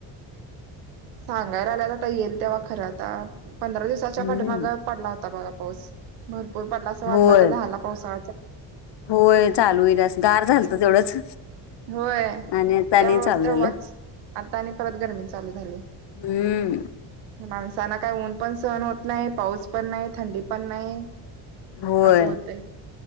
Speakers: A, on the right (about 80°); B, on the left (about 55°).
A: सांगा लागल्यात आता येईल तेव्हा खरं आता पंधरा दिवसाच्या
B: हम्म
A: पाठीमागं पडला होता, बघा पाऊस भरपूर पडला असं वाटलं
B: होय
A: झाला पाऊसा
B: होय चालू होईल असं गार झालत तेवढंच
A: होय
B: आणि आता
A: त्य
B: आणि चालू
A: तेव्हाच
B: झालं
A: आता आणि परत गरमी चालू झाली
B: हम्म
A: माणसांना काय ऊन पण सहण होत नाही, पाऊस पण नाही, थंडी पण नाही
B: होय.
A: असं होतय